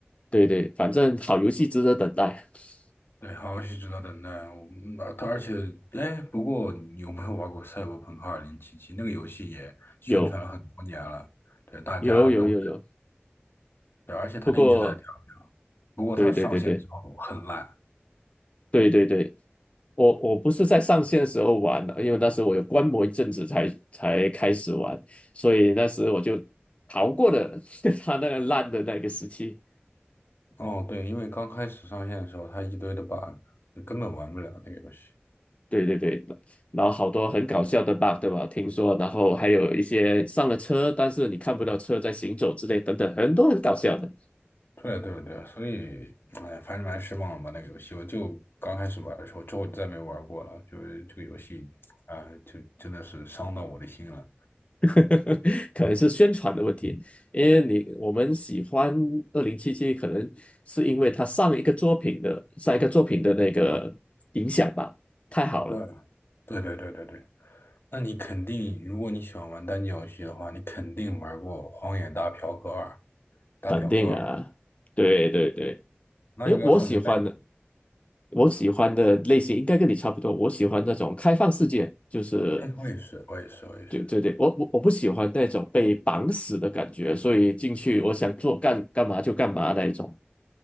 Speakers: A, on the left (about 30°); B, on the left (about 60°).
A: 对对，反正好游戏值得等待，<laughs>
B: 对，好游戏值得等待啊。我嗯它而且，哎，不过你有没有玩过《赛博朋克二零七七》？那个游戏也宣传了很多年了，
A: 有
B: 对，大家都
A: 有有有有。
B: 对，而且它一直在跳。
A: 不过，
B: 不过它上线的时候很烂。
A: 对对对对对对对，我我不是在上线的时候玩的，因为那时候我有观摩一阵子才才开始玩，所以那时我就逃过了 <laughs> 他那个烂的那个时期。
B: 哦，对，因为刚开始上线的时候，它一堆的 bug，你根本玩不了那个游戏。
A: 对对对，然后好多很搞笑的 bug，对吧？听说，然后还有一些上了车，但是你看不到车在行走之类等等，很多很搞笑的。
B: 对对对，所以，哎，反正蛮失望吧那个游戏。我就刚开始玩的时候，之后再没玩过了。就是这个游戏，啊、就真的是伤到我的心了。
A: <laughs> 可能是宣传的问题，因为你我们喜欢二零七七，可能是因为他上一个作品的上一个作品的那个影响吧，太好了。
B: 对，对对对对对。那你肯定，如果你喜欢玩单机游戏的话，你肯定玩过《荒野大嫖客二》《大表哥二》，
A: 肯定啊，对对对，
B: 那应该算是单。
A: 因为我喜欢的，我喜欢的类型应该跟你差不多。我喜欢那种开放世界，就是
B: 哎，我也是，我也是，我也是。
A: 对对对，我我我不喜欢那种被绑死的感觉，所以进去我想做干干嘛就干嘛那一种。